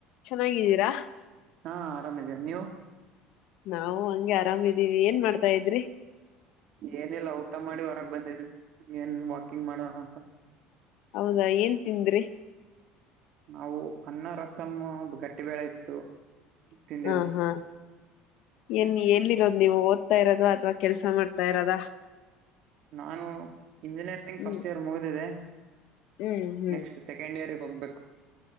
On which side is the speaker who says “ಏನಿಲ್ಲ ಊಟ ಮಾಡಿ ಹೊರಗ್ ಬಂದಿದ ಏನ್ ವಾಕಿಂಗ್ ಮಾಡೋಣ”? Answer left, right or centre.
Right